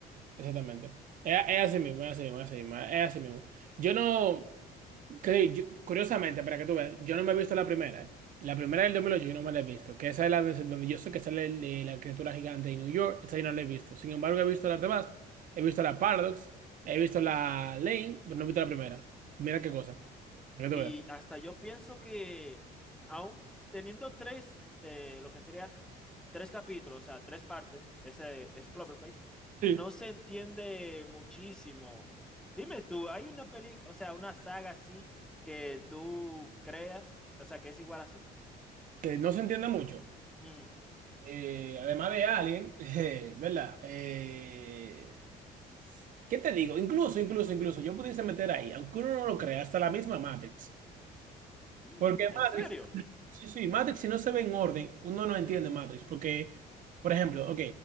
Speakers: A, on the right; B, in the centre.
A: exactamente. Es, es así mismo, es así mismo, es así mismo, es así mismo. Yo no, que yo- curiosamente, para que tú veas, yo no me he visto la primera, ¿eh? La primera del 2008 yo no me la he visto, que esa es la de- donde yo sé que sale el- eh, la criatura gigante de New York, esa yo no la he visto. Sin embargo, he visto las demás, he visto la Paradox, he visto la Lane, pero no he visto la primera. Mira qué cosa, para que
B: Y
A: tú
B: hasta yo pienso que aún teniendo tres, eh, lo que sería tres capítulos, o sea, tres partes, ese, ese Cloverface,
A: veas.
B: no se entiende muchísimo. Dime tú, ¿hay una peli, o sea, una saga así que tú creas, o sea, que es igual así?
A: que no se entienda mucho.
B: Ujú.
A: eh, además de Alien, <laughs> eh, ¿verdad? Eh, ¿qué te digo? Incluso, incluso, incluso, yo pudiese meter ahí, aunque uno no lo crea, hasta la misma Matrix.
B: Mm,
A: Porque
B: ¿en
A: Matrix
B: serio?
A: Sí, sí, Matrix si no se ve en orden, uno no entiende Matrix, porque, por ejemplo, ok,